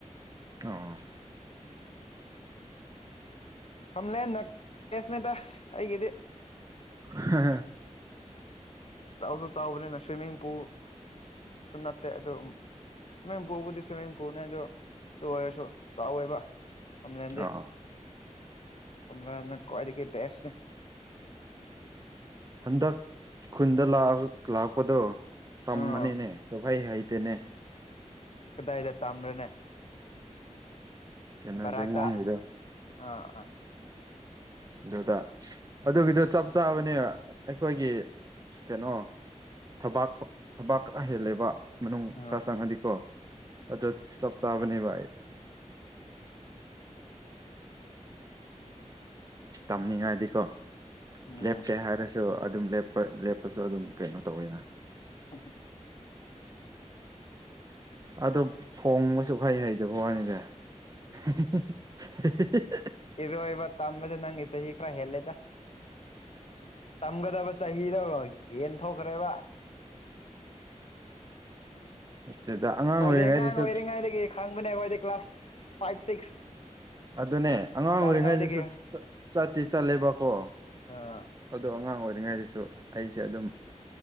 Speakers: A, on the right (about 30°); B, on the left (about 55°).
A: ꯑ
B: ꯐꯝꯂꯦ ꯅꯦꯁꯅꯦꯗ ꯑꯩꯒꯤꯗꯤ
A: ꯍ
B: ꯆꯥꯎꯁꯨ ꯆꯥꯎꯕꯅꯤꯅ ꯁ꯭ꯋꯤꯃꯤꯡ ꯄꯨꯁꯨ ꯅꯠꯇꯦ ꯑꯗꯨꯣ ꯁ꯭ꯋꯃꯤꯡꯄꯕꯨꯗꯤ ꯁ꯭ꯋꯤꯃꯤꯡ ꯄꯨꯅꯦ ꯑꯗꯨꯗꯣ ꯑꯣꯏꯔꯁꯨ ꯆꯥꯎꯋꯦꯕ ꯑꯣꯝ ꯂꯗꯦ
A: ꯑꯣ
B: ꯔ ꯀ꯭ꯋꯥꯂꯤꯇ ꯦꯁꯅꯦ
A: ꯍꯟꯗꯛ ꯈꯨꯟꯗ ꯂꯥꯛꯄꯗꯣ ꯇꯃꯅꯦꯅꯦ
B: ꯎꯝ
A: ꯁꯐꯥꯏ ꯍꯥꯏꯩꯇꯅꯦ
B: ꯀꯗꯥꯏꯗ ꯇꯝ꯭ꯔꯅꯦ
A: ꯀꯩꯅꯣ
B: ꯕꯔꯥꯛꯇ
A: ꯖꯦꯡꯋꯥꯡꯒꯤꯗꯣ
B: ꯑꯥ ꯑꯥ
A: ꯑꯗꯨꯗꯥ ꯑꯗꯨꯒꯤꯗ ꯆꯞ ꯆꯥꯕꯅꯦ ꯑꯩꯈꯣꯏꯒꯤ ꯀꯩꯅꯣ ꯊꯕꯥꯛ ꯊꯕꯥꯛ ꯈꯔ ꯍꯦꯜꯂꯦꯕ ꯃꯅꯨꯡ
B: ꯑ
A: ꯈꯔ ꯆꯪꯉꯗꯤꯀꯣ ꯑꯗꯨ ꯆꯞ ꯆꯥꯕꯅꯦꯕ ꯑꯩ ꯇꯝꯅꯤꯡꯉꯥꯏꯗꯤꯀꯣ
B: ꯎꯝ
A: ꯂꯦꯞꯀꯦ ꯍꯥꯏꯔꯁꯨ ꯑꯗꯨꯝ ꯂꯦꯞꯄ ꯂꯦꯞꯄꯁꯨ ꯑꯗꯨꯝ ꯀꯩꯅꯣ ꯇꯧꯋꯦꯅ
B: ꯍ
A: ꯑꯗꯣ ꯊꯣꯡꯕꯁꯨ ꯍꯩ ꯍꯩꯗꯕ ꯋꯥꯅꯤꯁ <unintelligible>
B: ꯏꯔꯣꯏꯕ ꯇꯝꯕꯁꯦ ꯅꯪꯒꯤ ꯆꯍꯤ ꯈꯔ ꯍꯦꯜꯂꯦꯗ ꯇꯝꯒꯗꯕ ꯆꯍꯤꯗ ꯍꯦꯟ ꯊꯣꯛꯈ꯭ꯔꯦꯕ <unintelligible>
A: ꯅꯠꯇꯦꯗ ꯑꯉꯥꯡ
B: ꯑꯩꯈꯣꯏꯗꯤ
A: ꯑꯣꯏꯔꯤꯉꯩꯗꯁꯨ
B: ꯑꯉꯥꯡ ꯑꯣꯏꯔꯤꯉꯩꯗꯒꯤ ꯈꯪꯕꯅꯦ ꯑꯩꯈꯣꯏꯗꯤ ꯀ꯭ꯂꯥꯁ ꯐꯥꯏꯚ ꯁꯤꯛꯁ
A: ꯑꯗꯨꯅꯦ ꯑꯉꯥꯡ ꯑꯣꯏꯔꯤꯉꯩꯗꯁꯨ
B: ꯀꯥꯔꯤꯉꯩꯗꯒꯤ
A: ꯆꯠꯇꯤ ꯆꯠꯂꯦꯕꯀꯣ
B: ꯑꯥ
A: ꯑꯗꯨꯗꯣ ꯑꯉꯥꯡ ꯑꯣꯏ ꯑꯣꯏꯔꯤꯉꯩꯗꯁꯨ ꯑꯩꯁꯦ ꯑꯗꯨꯝ